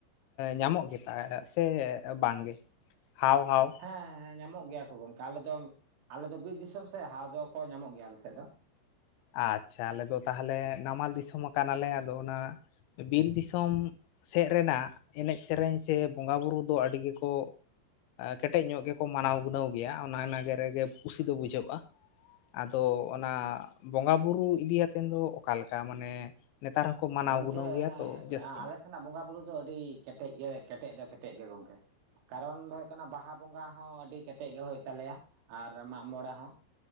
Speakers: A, on the left; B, on the right.
A: ᱧᱟᱢᱚᱜ ᱜᱮ ᱛᱟᱦᱮᱜ-ᱟ ᱥᱮ ᱵᱟᱝ ᱜᱮ ᱦᱟᱣ ᱦᱟᱣ?
B: ᱦᱮᱸ ᱦᱮᱸ ᱧᱟᱢᱚᱜ ᱜᱮᱭᱟ ᱠᱚ ᱜᱚᱝᱠᱮ, ᱟᱞᱮ ᱫᱚ ᱵᱤᱨ ᱫᱤᱥᱚᱢ ᱥᱮ ᱦᱟᱣ ᱫᱚᱠᱚ ᱧᱟᱢᱚᱜ ᱜᱮᱭᱟ ᱟᱞᱮᱥᱮᱫ ᱫᱚ ᱾
A: ᱟᱪᱪᱷᱟ ᱟᱞᱮᱫ ᱫᱚ ᱛᱟᱦᱚᱞᱮ ᱱᱟᱢᱟᱞ ᱫᱤᱥᱚᱢ ᱠᱟᱱᱟᱞᱮ ᱟᱫᱚ ᱚᱱᱟ ᱵᱤᱨ ᱫᱤᱥᱚᱢ ᱥᱮᱫ ᱨᱮᱱᱟᱜ ᱮᱱᱮᱡ ᱥᱮᱨᱮᱧ ᱥᱮ ᱵᱚᱸᱜᱟ ᱵᱩᱨᱩ ᱫᱚ ᱟᱹᱰᱤ ᱜᱮᱠᱚ ᱠᱮᱴᱮᱡ ᱧᱚᱜ ᱜᱮᱠᱚ ᱠᱚ ᱢᱟᱱᱟᱣ ᱜᱩᱱᱟᱹᱣ ᱜᱮᱭᱟ, ᱚᱱᱟ ᱱᱟᱜᱮ ᱨᱮᱜᱮ ᱠᱩᱥᱤ ᱫᱚ ᱵᱩᱡᱷᱟᱹᱜᱼᱟ᱾ ᱟᱫᱚ ᱚᱱᱟ ᱵᱚᱸᱜᱟ ᱵᱩᱨᱩ ᱤᱫᱤ ᱟᱛᱮᱫ ᱫᱚ ᱚᱠᱟ ᱞᱮᱠᱟ ᱢᱟᱱᱮ ᱱᱮᱛᱟᱨ ᱦᱚᱸ ᱠᱚ ᱢᱟᱱᱟᱣ
B: ᱜᱚᱝᱠᱮ
A: ᱜᱩᱱᱟᱹᱣ
B: ᱦᱮᱸ
A: ᱜᱮᱭᱟ ᱛᱚ ᱡᱟᱹᱥᱛᱤ
B: ᱟᱞᱮ ᱥᱮᱱᱟᱜ ᱵᱚᱸᱜᱟ ᱵᱩᱨᱩ ᱫᱚ ᱟᱹᱰᱤ ᱠᱮᱴᱮᱡ ᱜᱮ ᱠᱮᱴᱮᱡ ᱫᱚ ᱠᱮᱴᱮᱡ ᱜᱮ ᱜᱚᱝᱠᱮ᱾ ᱠᱟᱨᱚᱱ ᱫᱚ ᱦᱩᱭᱩᱜ ᱠᱟᱱᱟ ᱵᱟᱦᱟ ᱵᱚᱸᱜᱟ ᱦᱚᱸ ᱟᱹᱰᱤ ᱠᱮᱴᱮᱡ ᱜᱮ ᱦᱩᱭᱩᱜ ᱛᱟᱞᱮᱭᱟ ᱟᱨ ᱢᱟᱜᱽ ᱢᱚᱬᱮ ᱦᱚᱸ